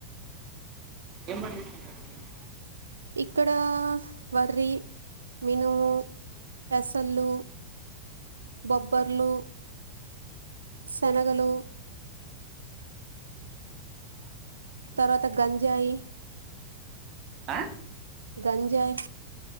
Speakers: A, on the right (about 35°); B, on the right (about 75°).
A: ఏం పని చేస్తుంటారు మీరు
B: ఇక్కడ వర్రి మినుము పెసళ్ళు బొబ్బర్లు శనగలు తరువాత గంజయి
A: ఆ
B: గంజయి